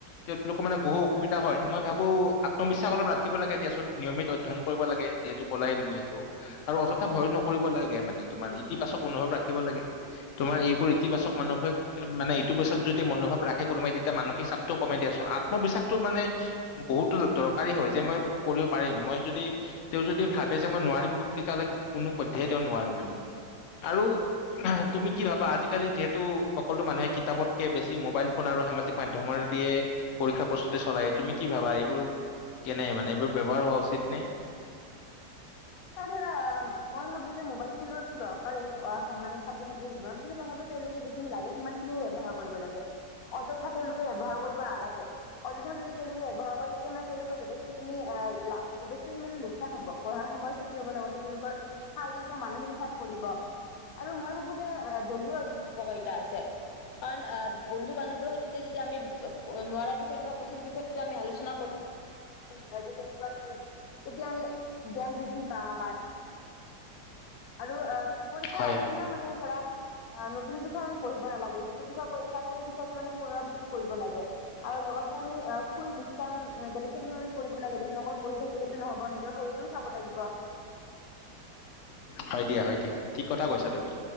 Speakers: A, on the left (about 80°); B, on the left (about 65°).
A: তেওঁলোকৰ মানে বহু অসুবিধা হয়। মই ভাবো আত্মবিশ্বাস অলপ ৰাখিব লাগে, দিয়াচোন নিয়মিত অ অধ্যয়ন কৰিব লাগে, যিহেতু কলাই তুমি সেইটো আৰু অযথা ভয় নকৰিব লাগে মানে তোমাৰ ইতিবাচক অনুভৱ ৰাখিব লাগে, তোমাৰ এইবোৰ ইতিবাচক মানুহে মানে, ইতিবাচক যদি মনোভাৱ ৰাখে কোনোবাই তেতিয়া মানসিক চাপটোও কমে দিয়াচোন, আত্মবিশ্বাসতটো মানে বহুতো যে দৰকাৰী হয়, যে মই কৰিব পাৰিম, মই যদি তেওঁ যদি ভাবে যে মই নোৱাৰিম বুলি, তেতিয়াহ'লে কোনো পধ্যেই তেওঁ নোৱাৰে মানে। আৰু তুমি কি ভাবা, আজিকালি যিহেতু সকলো মানুহে কিতাপতকে বেছি মোবাইল ফোন আৰু সামাজিক মাধ্যমৰ দিয়ে পৰীক্ষা প্ৰস্তুতি চলাই তুমি কি ভাবা এইবোৰ কেনে মানে, এইবোৰ ব্যৱহাৰ হোৱা উচিত নে?
B: এই ধৰা, মই ভাবো যে মোবাইল ফোনৰতো দৰকাৰেই, অহ, মানে ছাত্ৰ-ছাত্ৰীৰ জীৱনত কিন্তু তথাপি তেওঁলোকে যি যি লাগে সিমান খিনিয়ে ব্যৱহাৰ কৰিব লাগে, অযথা তেওঁলোকে ব্যৱহাৰ কৰিব নালাগে। অযথা যদি তেওঁলোকে ব্যৱহাৰ কৰে, তেতিয়া মানে তেওঁলোকৰ যথেষ্টখিনি আ লা যথেষ্টখিনি মানে লোকচান হব, পঢ়াৰ সময়ত ক্ষতি হ'ব লগতে, তেওঁলোকৰ শাৰীৰিক বা মানসিক চাপ পৰিব আৰু মই ভাবো যে এ দলীয় উপ উপকাৰিতা আছে কাৰণ অ', বন্ধু -বান্ধৱৰ সৈতে তে যেতিয়া আমি ব ক নোৱাৰা বিষয়টো বা কঠিন বিষয়টো আমি আলোচনা কৰ <unintelligible> আজি কেনেকুৱা, কি তেতিয়া আমি জ্ঞান বৃদ্ধি তা মাৰ আৰু আ পৰীক্ষাৰ
A: হয়
B: আগদিনা মান মানে ধৰা আ নতুন বিষয় আমি পঢ়িব নালাগে যিটো বিষয় পৰীক্ষাটো সেই বিষয়টো মানে পুনৰাবৃ টি কৰিব লাগে আৰু লগত ক আমি, অ', শুই বিশ্ৰাম যথেষ্ট খিনি আমি কৰিব লাগে দে হুন, অকল পঢ়ি থাকিলেইটো নহব, নিজৰ শৰীৰতো চাব লাগিব।
A: হয় দিয়া, হয় দিয়া, ঠিক কথা কৈছা তুমি